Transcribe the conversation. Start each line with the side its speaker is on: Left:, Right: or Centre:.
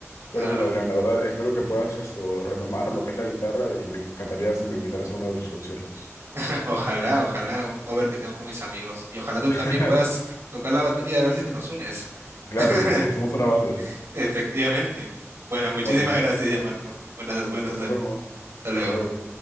Left: Pero
Right: Claro.
Left: bueno, Adrián, la verdad, espero que puedas esto retomar lo que es la guitarra y me encantaría si me invitaras a uno de tus conciertos.
Right: <laughs> Ojalá, ojalá un cover que tengo con mis amigos. Y ojalá tú
Left: <laughs>
Right: también puedas tocar la batería a ver si te nos unes.
Left: Claro,
Right: <laughs>
Left: y somos una banda.
Right: Efectivamente. Bueno, muchísimas
Left: Bueno,
Right: gracias ya, Marco. Buenas, buenas
Left: listo, nos
Right: noches.
Left: vemos.
Right: Hasta
Left: Hasta
Right: luego.
Left: luego.